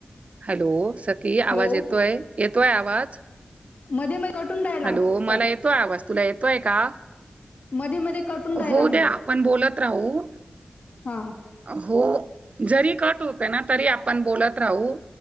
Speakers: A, on the right (about 60°); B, on the left (about 70°).
A: हॅलो, सकी
B: हॅलो
A: आवाज येतोय येतोय आवाज.
B: मध्ये मध्ये कटून राहिला
A: हॅलो, मला
B: ताई
A: येतोय आवाज तुला येतोय का?
B: मध्ये मध्ये कटून राहिला
A: होउदे
B: म्हणलं
A: आपण बोलत राहू.
B: हा
A: हो, जरी कट होते ना तरी आपण बोलत राहू.